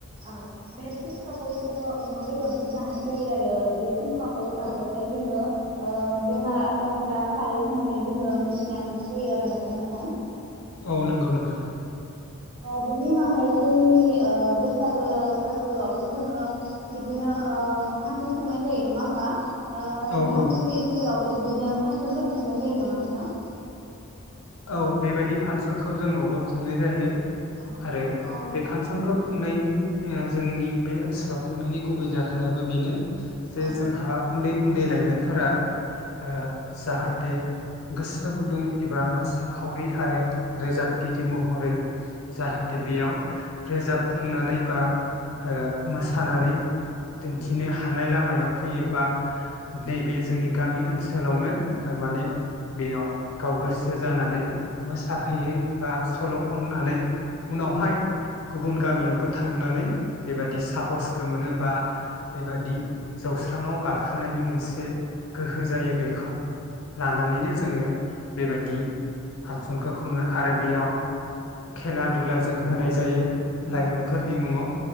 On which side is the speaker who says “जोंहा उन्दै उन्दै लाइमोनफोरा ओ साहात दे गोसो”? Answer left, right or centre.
Left